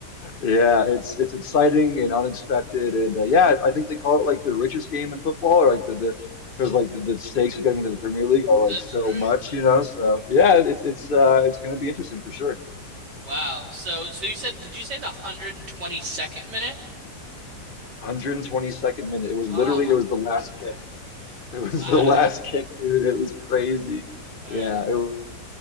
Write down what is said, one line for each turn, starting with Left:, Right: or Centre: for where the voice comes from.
Left: Yeah, it's it's exciting and unexpected, and uh, yeah, I think they call it like the richest game in football, or like the the because like the, the stakes of getting into the Premier League are like
Right: That's
Left: so
Right: right.
Left: much, you know. So yeah, it's it's uh, it's going to be interesting for sure.
Right: Wow. So so you said did you say the 122nd minute?
Left: 122nd minute. It was
Right: Oh
Left: literally,
Right: my
Left: it was the last
Right: God.
Left: kick. It was
Right: Wow.
Left: the last kick, dude. It was crazy.
Right: All
Left: Yeah,
Right: right.
Left: it